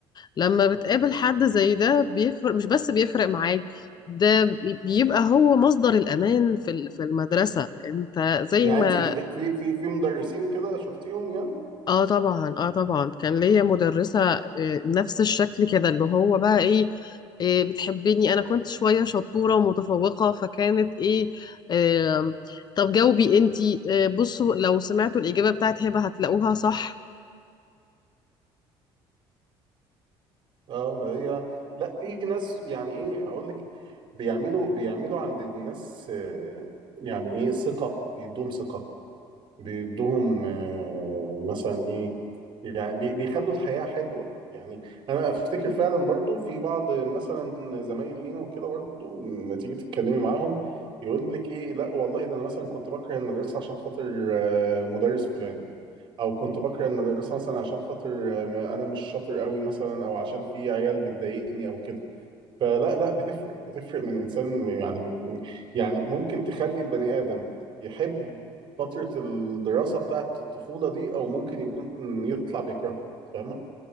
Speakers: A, on the left; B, on the right.
A: لما بتقابل حد زي ده بيفرق مش بس بيفرق معاك ده بي- بيبقى هو مصدر الأمان في ال- في المدرسة انت زي
B: يعني
A: ما
B: انت في في في في مدرسين كده شفتيهم يعني
A: اه طبعا اه طبعا كان ليا مدرسة آه، نفس الشكل كده اللي هو بقى ايه آه، بتحبني انا كنت شوية شطورة ومتفوقة فكانت ايه آه، طب جاوبي انتي آه، بصوا لو سمعتوا الإجابة بتاعت هبة هتلاقوها صح
B: اه ما هي لا في ناس يعني ايه اقول لك بيعملوا بيعملوا عند الناس آه، يعني ايه ثقة بيدوم ثقة بيدوهم آه، مثلا ايه يعني بي- بيخلوا الحياة حلوة يعني انا افتكر فعلا برضو في بعض مثلا زمايل لينا وكده برضو لما تيجي تتكلمي معاهم يقول لك ايه لا والله ده انا مثلا كنت بكره المدرسة عشان خاطر آه، مدرس فلان او كنت بكره المدرسة مثلا عشان خاطر آه، ما- انا مش شاطر قوي مثلا او عشان في عيال بتضايقني او كده فلا لا بتفرق بتفرق من انسان يعني من يعني ممكن تخلي البني ادم يحب فتره الدراسه بتاعه الطفوله دي او ممكن يكون يطلع بيكرهها فاهمه